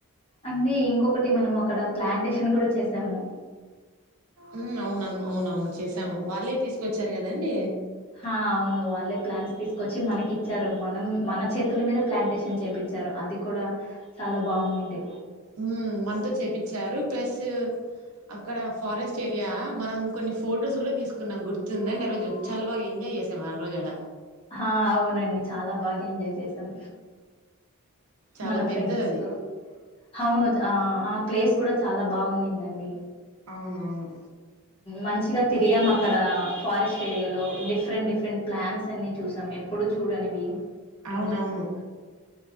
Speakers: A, on the left; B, on the right.
A: అంటే ఇంకొకటి మనం అక్కడ ప్లాంటేషన్ గుడా చేసాము
B: ఊ అవునను అవునవును చేసాము వాళ్ళే తీసుకొచ్చారు గదండీ
A: హ అవును వాళ్ళే ప్లానుస్ తీసుకొచ్చి మనకి ఇచ్చారు మనం మన చేతుల మీద ప్లాంటేషన్ చేపి ఇచ్చరు అది కూడా చాలా బావుండింది.
B: ఊ మనతో చేపిచ్చారు ప్లస్ అక్కడ ఫారెస్ట్ ఏరియా మనం కొన్ని ఫొటోస్ గుడ తీసుకున్నాం గుర్తుందండి ఆ రోజు చాలా బాగా ఎంజాయ్ ఎంజాయ్ చేశాము ఆరోజు అడ
A: హ అవునండి చాలా బాగ ఎంజాయ్ చేసాం
B: చాలా
A: మన
B: పెద్దది
A: ఫ్రెండ్స్
B: అది
A: కు అవును ఆ ఆ ప్లేస్ కూడా చాలా బాగుండిందండి
B: అవునవును
A: మంచిగా తిరిగాం మక్కడా ఫారెస్ట్ ఏరియాలో డిఫరెంట్ డిఫరెంట్ ప్లాంట్స్ అన్ని చూసాం ఎప్పుడు చూడనివి
B: అవునవును
A: అన్నీ.